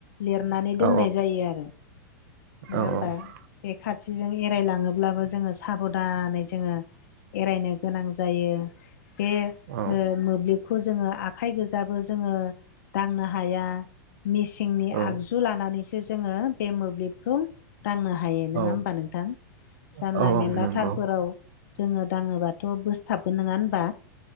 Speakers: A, on the left (about 70°); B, on the right (about 70°).
A: लिरनानै दोननाय
B: औ
A: जायो आरो नङा
B: औ
A: होमबा
B: औ
A: बे खाथिजों एरायलाङो ब्लाबो जोङो साबधानै जोङो एरायनो गोनां जायो बे
B: औ
A: ओ मोब्लिब खौ जोङो आखाइ गोजाबो जोङो दांनो हाया मेसिंनि
B: औ
A: आगजु जु लानानैसो जोङो बे मोब्लिबखौ दांनो हायो
B: औ
A: नोङा होमबा नोंथां जानला
B: औ औ
A: मेनला
B: नंगौ
A: थारफोराव जोङो दाङोबाथ' बोसथाबगोन नङा होनबा